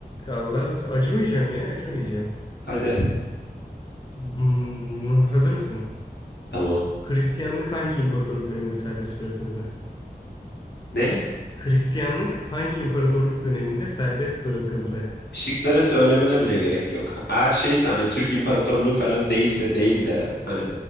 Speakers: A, on the left; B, on the left.
A: Allah acımayacağım ya acımayacağım.
B: Hadi.
A: Hmm, hazır mısın?
B: Tamam.
A: Hristiyanlık hangi imparatorluk döneminde serbest bırakıldı?
B: Ne?
A: Hristiyanlık hangi imparatorluk döneminde serbest bırakıldı?
B: şıkları söylemene bile gerek yok. Eğer şeyse hani Türk İmparatorluğu falan değilse değil de hani